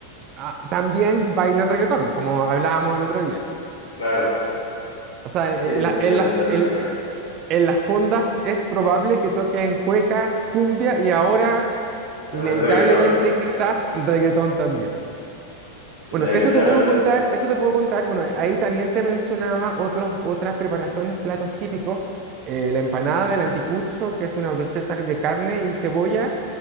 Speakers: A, on the right (about 35°); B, on the left (about 65°).
A: ah, también bailan reggaetón, como hablábamos el otro día.
B: claro.
A: O sea, en,
B: Sí, ellos
A: la-
B: tienen
A: en las,
B: esa visión.
A: en- en las fondas es probable que toquen cueca, cumbia y ahora, inevitablemente,
B: También reggaetón,
A: quizás reggaetón también. Bueno,
B: inevitablemente.
A: eso te puedo contar, eso te puedo contar. Bueno, ahí también te mencionaba otros, otras preparaciones, platos típicos. Eh, la empanada del anticucho, que es una brocheta de carne y cebolla